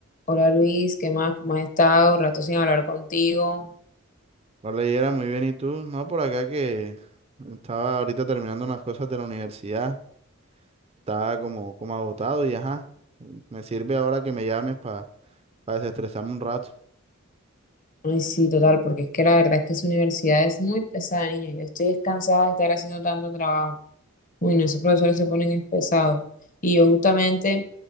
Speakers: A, on the left; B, on the right.
A: Hola Luis, ¿qué más? ¿Cómo has estado? Rato sin hablar contigo.
B: No leyera muy bien, ¿y tú? No, por acá que estaba ahorita terminando unas cosas de la universidad, estaba como, como agotado y ajá, me sirve ahora que me llames para desestresarme un rato.
A: Ay, sí, total, porque es que la verdad es que esa universidad es muy pesada, niño. Yo estoy descansada de estar haciendo tanto trabajo. Uy, no, esos profesores se ponen es pesados. Y yo justamente,